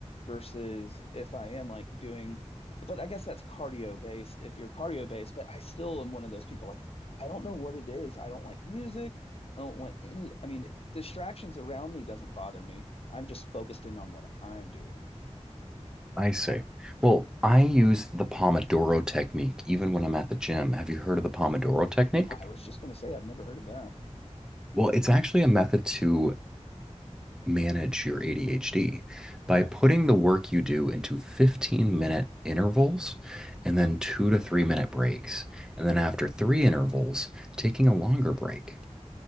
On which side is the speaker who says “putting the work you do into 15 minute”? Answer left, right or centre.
Centre